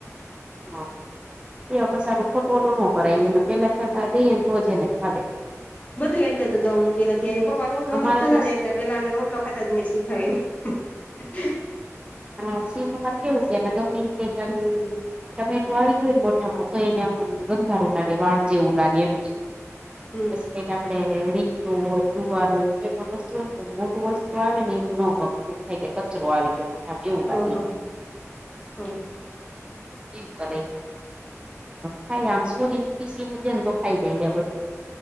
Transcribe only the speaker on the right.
હા એ પછીે ખોટો વટો ન કરાવએ ને પેલા છતાં દઈને તો જ એને ખાવે
અમારે
તો
હા સિહમાર કેવું છે ગમમે કેડી ટમેટો આવી ગયોને મોઠામાં તો એને બંધારું લાગે વાળ જેવું લાગે એમ કે
પછી કઈ આપડે રીું હોય દુવા હોય તો પણ વસ્તુ હોને મોટું વસ્તુ આવે ને એ ન ગી એ થઈ ગય કચરો આવી ગયો મ એવું
લાગે
એવ કરે ખાઈ આમ સુધ ને પીસી ને દેને તો ખાઈ લે લ બધી